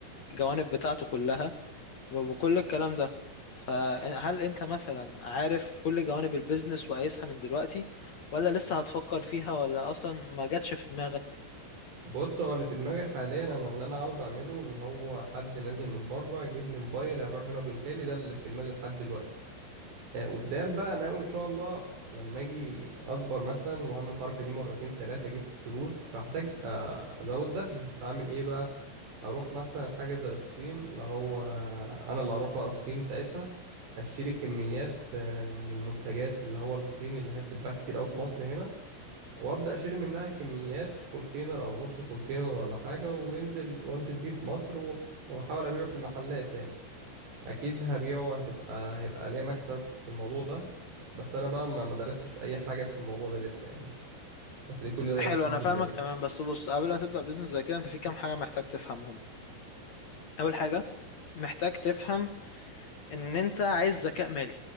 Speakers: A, on the left; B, on the right.
A: الجوانب بتاعته كلها و- وكل الكلام ده فهل انت مثلا عارف كل جوانب البيزنس وقايسها من دلوقتي ولا لسه هتفكر فيها ولا اصلا ما جاتش في دماغك
B: بص هو اللي في دماغي حاليا انا اللي انا عاوز اعمله اللي هو حد نازل من بره يجيب لي موبايل ابيعه هنا بالغالي ده اللي في دماغي لحد دلوقتي آه، قدام بقى انا ناوي ان شاء الله لما اجي اكبر مثلا واعمل الحركه دي مرتين ثلاثه اجيب فلوس فاحتاج آه، ازود دخلي فاعمل ايه بقى اروح مثلا حاجه زي الصين اللي هو انا اللي هروح بقى الصين ساعتها اشتري كميات آه، من المنتجات اللي هو الصيني اللي هي بتتباع كتير قوي في مصر هنا وابدا اشتري منها كميات كونتينر او نص كونتينر ولا حاجه وانزل وانزل بيه في مصر و- واحاول ابيعه في المحلات يعني اكيد هبيعه هتبقى هيبقى ليا مكسب في الموضوع ده بس انا بقى ما ما درستش اي حاجه في الموضوع ده لسه يعني بس دي كل دي
A: حلو
B: افكار
A: انا
B: في
A: فاهمك
B: دماغي
A: تمام بس بص قبل ما تبدأ بيزنس زي كده انت في كام حاجة محتاج تفهمهم اول حاجة محتاج تفهم ان انت عايز ذكاء مالي